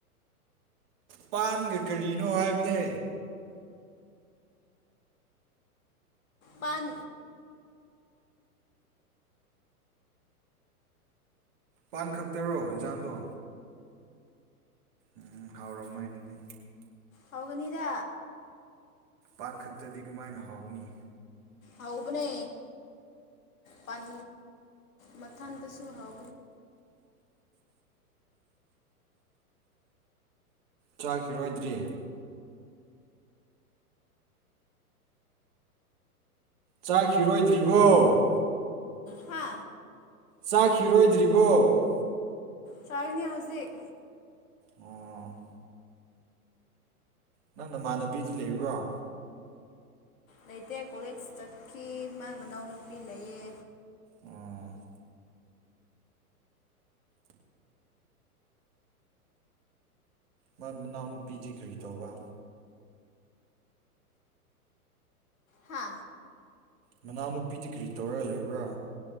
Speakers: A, on the right; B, on the left.
A: ꯄꯥꯟꯒ ꯀꯔꯤꯅꯣ ꯍꯥꯏꯝꯅꯦ
B: ꯄꯥꯟ
A: ꯄꯥꯟ ꯈꯛꯇꯔꯣ ꯍꯦꯟꯖꯥꯡꯗꯣ ꯎꯝ ꯍꯥꯎꯔꯝꯃꯣꯏ ꯑꯗꯨꯗꯤ
B: ꯍꯧꯒꯅꯤꯗ
A: ꯄꯥꯟꯈꯛꯇꯗꯤ ꯀꯃꯥꯏꯅ ꯍꯥꯎꯅꯤ
B: ꯍꯧꯕꯅꯦ ꯄꯥꯟ ꯃꯊꯪꯗꯁꯨ ꯍꯥꯎ
A: ꯆꯥꯈꯤꯔꯣꯏꯗ꯭ꯔꯤ ꯆꯥꯈꯤꯔꯣꯏꯗ꯭ꯔꯤꯕꯣ
B: ꯍꯥ
A: ꯆꯥꯈꯤꯔꯣꯏꯗ꯭ꯔꯤꯕꯣ
B: ꯆꯥꯒꯅꯤ ꯍꯧꯥꯖꯤꯛ
A: ꯑꯣ ꯅꯪ ꯅꯃꯥꯟꯅꯕꯤꯗꯤ ꯂꯩ꯭ꯕꯔꯣ
B: ꯂꯩꯇꯦ ꯀꯣꯂꯦꯖ ꯆꯠꯈꯤ ꯃ ꯃꯅꯥꯎꯅꯨꯄꯤ ꯂꯩꯌꯦ
A: ꯑꯣ ꯃꯥ ꯃꯅꯥꯎꯅꯨꯄꯤꯗꯤ ꯀꯔꯤ ꯇꯧꯕ
B: ꯍꯥ
A: ꯃꯅꯥꯎꯅꯨꯄꯤꯗꯤ ꯀꯔꯤ ꯇꯧꯔꯒ ꯂꯩꯕ꯭ꯔꯥ